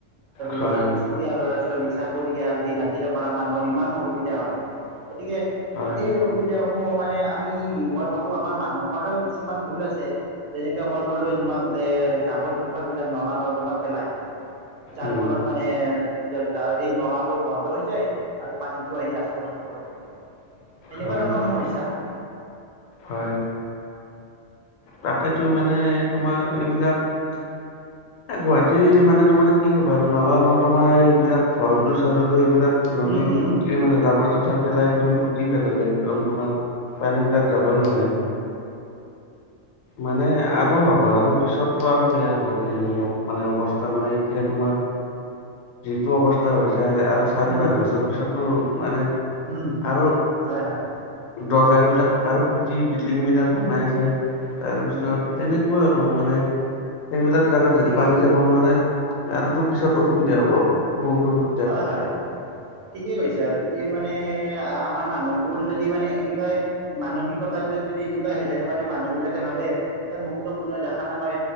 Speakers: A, on the left; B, on the right.
A: হয়
B: লৰা স্কুলীয়া ল'ৰা ছোৱালী চাকৰিয়াল দিনহাজিৰা কৰা মানুহৰ ইমান অসুবিধা হয়। গতিকে
A: হয়
B: এই অসুবিধা সমূহ মানে, আমি মই ভাবো আমাৰ মানুহৰো কিছুমান ভুল আছে যেনেকুৱা মই ক'লোৱে তোমাক যে জাবৰ জোথৰ বিলাক নলা নৰ্দমত পেলাহি। যাৰ
A: উম
B: ফলত মানে য এই নলাবোৰ বন্ধ হৈ যায় আৰু পানীতটো আহি ৰাজপথত এনেকুৱা
A: হয়
B: ধৰণৰ
A: হয়
B: সমস্যা। <inaudible>
A: হয় তাকেতো মানে তোমাৰ এইবিলাক, এ গুৱাহাটী মানে তোমাৰ কি ক'বা আৰু নলা নৰ্দমা তোমাৰ এইবিলাক ভৰলো চৰলো এইবিলাক নদীৰ
B: উম উম
A: পুতিয় মানে জাবাৰ-যুথৰ। পেলাই একদম গুটি পেলাল একদম তোমাৰ পানীবলাক যাবই নোৱাৰে। মানে আৰু হ'ব আৰু পিছতটো আৰু বেয়া হ'ব। অলপ মানে অৱস্থা মানে এতিয়া তোমাৰ যিটো অৱস্থা হৈছে। আৰু চাৰি
B: উম
A: পাঁচ বছৰ পিছতো মানে
B: উম,
A: আৰু
B: হয় হয়,
A: দৰ্জা বিলাক। আৰু কুটি বিল্ডিং বিলাক বনাই আছে তাৰপিছত
B: উম,
A: তেনেকুৱা আৰু মানে। সেইবিলাক জেগাত যিহেতু
B: ঠিকেই,
A: পানী যাব নোৱাৰে আৰুতো পিছত অসুবিধা হ'ব বহুত অসুধা।
B: হয়-হয় ঠিকেই কৈছা যদি। মানে আমাৰ মানুহবোৰ যদি মানে এনেকুৱা মানসিকতা বিলাক যদি এনেকুৱাই হৈ থাকে মানে। মানুহ বিলাকে ভাবে মুক্ত কোনে দেখা নাপাই।